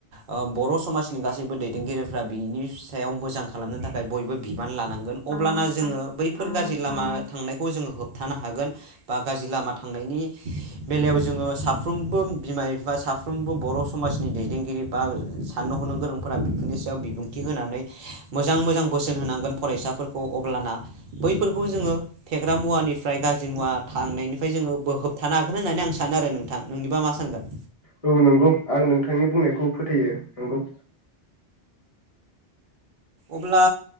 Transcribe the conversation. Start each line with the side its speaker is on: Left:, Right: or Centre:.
Right: ओ बर' समाजनि गासैबो दैदेनगिरिफ्रा बिनि सायाव मोजां खालामनो थाखाय बयबो बिबान लानांगोन अब्लाना जोङो बैफोर गाज्रि लामा थांनायखौ जोङो होबथानो हागोन बा गाज्रि लामा थांनायनि बेलायाव जोङो साफ्रोमबो बिमा बिफा साफ्रोमबो बर' समाजनि दैदेनगिरि बा साननो हनो गोरोंफोरा बेफोरनि सायाव बिबुंथि होनानै मोजां मोजां बोसोन होनांगोन फरायसाफोरखौ अब्लाना बैफोरखौ जोङो फेग्रा मुवानिफ्राय गाज्रि मुवा थांनायनिफ्राय जोङो बो होबथानो हागोन होननानै आं सानो आरो नोंथां नोंनिबा मा सानगोन?
Left: औ नंगौ आं नोंथांनि बुंनायखौ फोथायो नंगौ।
Right: अब्ला